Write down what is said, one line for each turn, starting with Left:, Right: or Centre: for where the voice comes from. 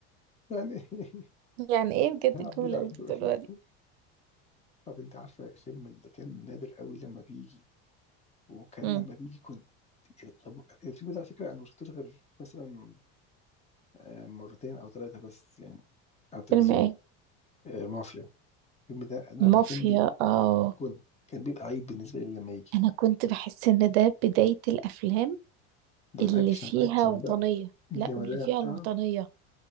Left: يعني <laughs> إيه؟
Right: يعني ايه بجد
Left: يا عبود
Right: الجملة
Left: على
Right: اللي انت
Left: الحدود
Right: بتقولوها دي
Left: طب أنت عارفة الفيلم اللي كان نادر قوي لما بيجي وكان
Right: امم
Left: لما بيجي كنت يعني طب الفيلم ده على فكرة أنا ما شفتوش غير مثلا آه، مرتين او ثلاثه بس يعني على التلفزيون
Right: فيلم ايه
Left: آه، مافيا الفيلم ده أنا
Right: مافيا
Left: لما كان بي
Right: اه
Left: كنت كان بيبقى عيد بالنسبه لي لما يجي
Right: انا كنت بحس ان ده بداية الافلام
Left: ده
Right: اللي
Left: الاكشن
Right: فيها
Left: اكشن
Right: وطنية
Left: بقى جمدان
Right: لا واللي فيها الوطنية
Left: اه